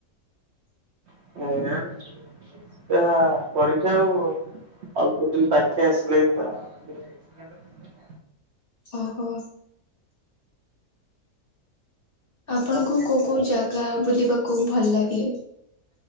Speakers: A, on the right (about 55°); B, on the left (about 40°).
A: <unintelligible> ଆ ପରୀକ୍ଷା ଆଉ ଅଳ୍ପ ଦିନ ପାଖେଇ ଆସିଲାଣି ପା। <unintelligible>
B: ଓହୋ। ଆପଣଙ୍କୁ
A: ଆ
B: କୋଉ କୋଉ ଜାଗା ବୁଲିବାକୁ ଭଲ ଲାଗେ?